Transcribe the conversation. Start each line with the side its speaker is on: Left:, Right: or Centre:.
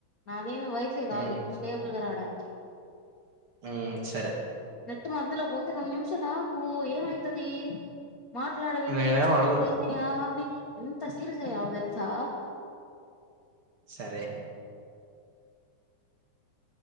Left: నాదేమి వయసే కాదు
Right: ఉమ్
Left: స్టేబుల్ గా రావడానికి
Right: ఉమ్ సరే
Left: నెట్ మధ్యలో పోతే రెం చలు ఆగు ఏమవుతది మాట్లాడవెంట
Right: నేనేం
Left: చొవులు
Right: అనలే
Left: బనాయా ఎంత సీరియస్ అయ్యావో తెలుసా
Right: సరే